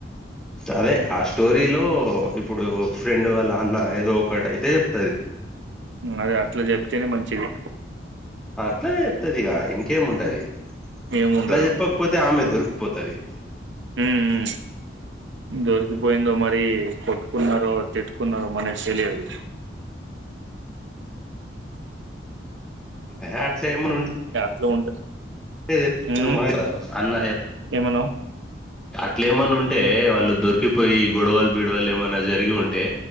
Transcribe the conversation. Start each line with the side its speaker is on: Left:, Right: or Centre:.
Centre: అదె ఆ స్టోరీలో ఇప్పుడు ఫ్రెండు వాళ్ళ అన్న ఏదో ఒకటి అయితే జెప్తది
Right: అదే అట్ల చెప్తేనే మంచిది
Centre: అట్లనె చెప్తది ఇగా ఇంకేముంటది
Right: ఏముండదు
Centre: అట్లాఏప్పకపోతే ఆమె దొరికిపోతది
Right: ఉమ్, ఉమ్. దొరికిపోయిందో మరీ కొట్టుకున్నరో తిట్టుకున్నరో మనక్సెలియదు
Centre: ఏ అట్లే ఇమ్మానుంటే
Right: ట్లో ఉంటే
Centre: అదే చెప్తున్న
Right: ఉమ్
Centre: అన
Right: ఏమన్నావ్
Centre: అట్లే ఏమన్నుంటే వాళ్ళు దొరికిపోయి గొడవల్ బిడవల్ ఏమన్నా జరిగి ఉంటే